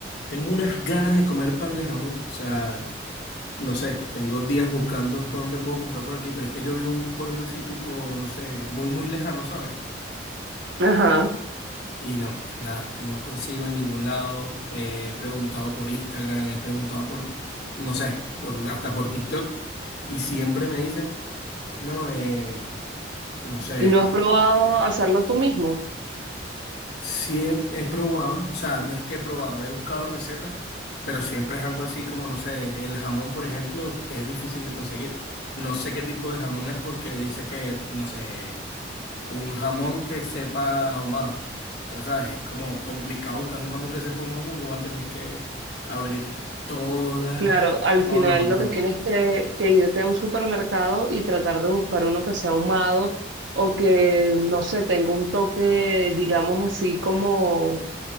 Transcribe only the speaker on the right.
Ajá.
Y no has probado hacerlo tú mismo.
Claro, al
final
lo que tienes que, que irte a un supermercado y tratar de buscar uno que sea ahumado o que, no sé, tenga un toque, digamos así, como,